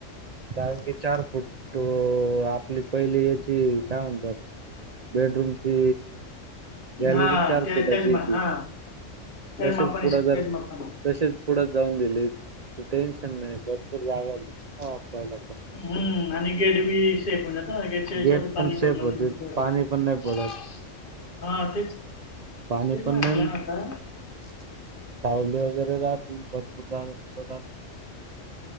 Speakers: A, on the right; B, on the left.
A: कारण की चार फूट अ आपली पहिली याची, काय म्हणता? बेड रूमची गॅलरी
B: हा
A: चार
B: त्या
A: फुटाची
B: त्याच मा
A: ती,
B: हा त्याच
A: तशीच
B: मापाने
A: पुढ जर
B: त्याच मापाने
A: तशीच पुढं जाऊन दिली तरं टेन्शन नाही, भरपूर जागा <unintelligible> वापरायला पण.
B: हम्म आणि गेट बी <unintelligible> प
A: गेट
B: पाणी
A: पण सेफ
B: पडल
A: होते
B: मिळ
A: पाणी पण नाही पडत
B: <unintelligible> हा तेच, ते
A: पाणी
B: माया
A: पण नाही
B: प्लॅन होता.
A: सावली वगैरे राहती, भरपूर जागा <unintelligible> असत.